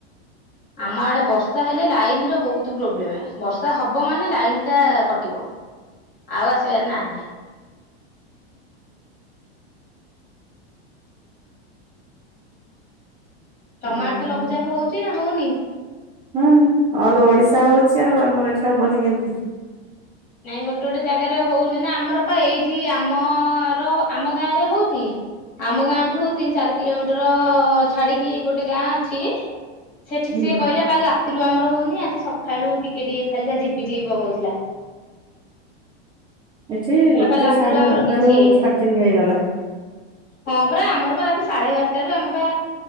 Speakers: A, on the left; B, on the right.
A: ଆମ ଆଡେ ବର୍ଷା ହେଲେ ଲାଇନ ର ବହୁତ ପ୍ରୋବ୍ଲେମ, ବର୍ଷା ହବ ମାନେ ଲାଇନ ଟା କଟିବ। ଆଉ ଆସିବାର ନା ନାହିଁ। ତମ
B: ଓହୋ
A: ଆଡେ ଲଘୁଚାପ ହଉଚି ନା ହଉନି?
B: ହଁ ଅଲ ଓଡିଶା ହଉଛି ଆଉ ଆମର ଏଠି ହବନି କେମତି?
A: ନାଇଁ ଗୋଟେ ଗୋଟେ ଜାଗାରେ ହଉନି ନା, ଆମର ପା ଏଇଠି ଆମର ଆମ ଗାଁ ରେ ହଉଛି। ଆମ ଗାଁ ଠୁ ତିନି ଚାରି କିଲୋମିଟର ଛାଡିକି ଗୋଟେ ଗାଁ ଅଛି। ସେଠି
B: ହୁଁ
A: ସିଏ କହିଲା କାଲି ରାତି ରାତିରୁ ଆମର ହଉନି ଆଜି ସକାଳୁ ଟିକେ ଟିକେ ଖାଲି ଯା ଝିପିଝପି ପକଉଥିଲା।
B: ଏଠି
A: ହେଲା
B: ଗୋଟେ
A: କା ରାତି
B: ସାଢେ
A: ରୁ ଆମର
B: ଗୋଟେ
A: କିଛି
B: ରୁ
A: ହେଇନି,
B: ଷ୍ଟାର୍ଟିଂ ହେଇଗଲା।
A: ହଁ ପରା ଆମର ରାତି ସାଢ଼େ ବାରଟାାରୁ ଆମେ ବା